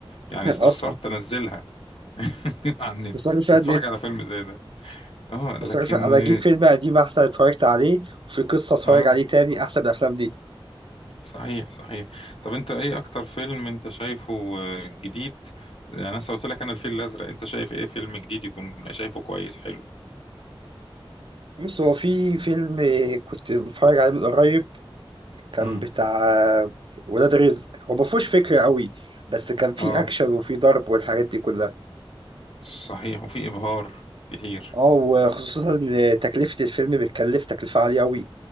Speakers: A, on the right (about 60°); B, on the left (about 75°).
A: <laughs>
B: يعني
A: أصلا
B: استخسرت انزلها <laughs> على النت
A: بصرف
B: مش
A: على
B: هتفرج
A: النت
B: على فيلم زي ده اه لكن
A: بصرف أنا أجيب فيلم قديم أحسن اتفرجت عليه وفي قصة اتفرج
B: اه
A: عليه تاني أحسن من الأفلام دي
B: صحيح صحيح طب انت ايه اكتر فيلم انت شايفه آه، جديد يعني انا قلت لك انا الفيل الازرق انت شايف ايه فيلم جديد يكون شايفه كويس حلو
A: بص هو في فيلم كنت بتفرج عليه من قريب كان
B: امم
A: بتاع ولاد رزق هو ما فيهوش فكرة قوي بس كان فيه
B: اه
A: أكشن وفيه ضرب والحاجات دي كلها
B: صحيح وفي ابهار كتير
A: اه وخصوصا إن تكلفة الفيلم بتكلف تكلفة عالية قوي